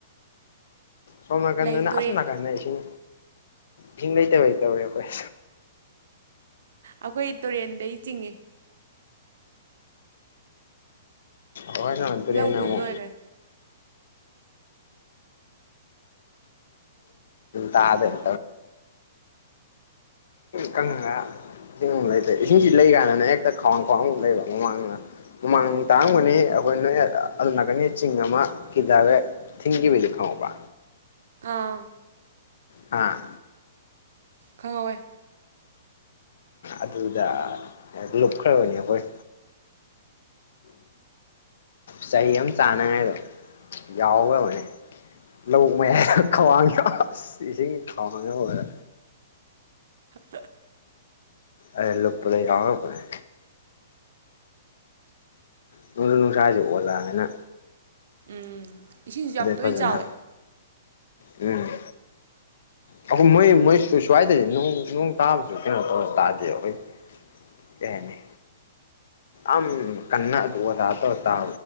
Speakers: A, on the left; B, on the right.
A: ꯁꯣꯝ ꯅꯥꯀꯟꯗꯅ
B: ꯂꯩ ꯇꯨꯔꯦꯟ
A: ꯑꯁꯣꯝ ꯅꯥꯀꯟꯗ ꯏꯁꯤꯡ ꯏꯁꯤꯡ ꯂꯩꯇꯕꯩꯇꯧꯋꯦ ꯑꯩꯈꯣꯏ
B: ꯑꯩꯈꯣꯏ ꯇꯨꯔꯦꯟꯗꯩ ꯆꯤꯡꯏ
A: ꯎ ꯑꯥꯏ ꯐꯔꯤꯅꯣ
B: ꯂꯧ ꯍꯨꯜ ꯂꯣꯏꯈ꯭ꯔꯦ
A: ꯇꯥꯗꯔ ꯀꯪꯉꯒ ꯏꯁꯤꯡꯃꯛ ꯂꯩꯇ꯭ꯔꯦ ꯏꯁꯤꯡꯁꯤ ꯂꯩ ꯀꯥꯟꯗꯅ ꯍꯦꯛꯇ ꯈ꯭ꯋꯥꯡ ꯈ꯭ꯋꯥꯡꯃꯛ ꯂꯩꯕ ꯃꯃꯥꯡꯗꯅ ꯃꯃꯥꯡ ꯇꯥꯔꯝꯒꯅꯤ ꯑꯩꯈꯣꯏ ꯅꯣꯏ ꯑꯗꯨ ꯂꯥꯛꯀꯅꯤ ꯆꯤꯡ ꯑꯃ ꯀꯤꯗꯥꯔꯦ ꯊꯤꯡꯒꯤꯕꯤ ꯂ ꯈꯕ
B: ꯑꯥ
A: ꯍꯥꯥ
B: ꯈꯪꯍꯧꯌꯦ
A: ꯑꯗꯨꯗ ꯂꯨꯞ ꯈꯔ ꯑꯣꯏꯅꯤ ꯑꯩꯈꯣꯏ ꯆꯍꯤ ꯑꯃ ꯆꯥꯅꯉꯥꯏꯗꯣ ꯌꯥꯎꯈ꯭ꯔꯕꯅꯦ ꯂ ꯃꯌꯥꯏꯗ ꯈꯋꯥꯡꯅ ꯏꯁꯤꯡ ꯈꯋꯥꯡꯅ ꯑꯣꯏꯔ
B: ꯑ
A: ꯑꯩ ꯂꯨꯞꯄ ꯂꯩ ꯌꯥꯎꯕꯅꯦ ꯅꯅꯨꯡꯖꯨ ꯅꯨꯡꯁꯥꯥꯁꯦ ꯑꯣꯜꯂꯛꯑꯅꯤꯅ
B: ꯎꯝ ꯏꯁꯤꯡꯁꯨ ꯌꯥꯝ ꯇꯣꯏꯅ
A: ꯐꯖꯅ
B: ꯆꯥꯎꯋꯦ
A: ꯎꯝ ꯑꯩꯈꯣꯏ ꯃꯣꯏ ꯃꯣꯏꯁꯨꯨ ꯁ꯭ꯋꯥꯏꯗꯗꯤ ꯅꯣꯡ ꯇꯥꯕꯁꯨ ꯀꯩꯅꯣ ꯇꯧꯔ ꯇꯥꯗꯦ ꯑꯩꯈꯣꯏ ꯌꯥꯅꯦ ꯑꯝ ꯀꯅꯥ ꯑꯗꯨꯗ ꯇꯧꯔ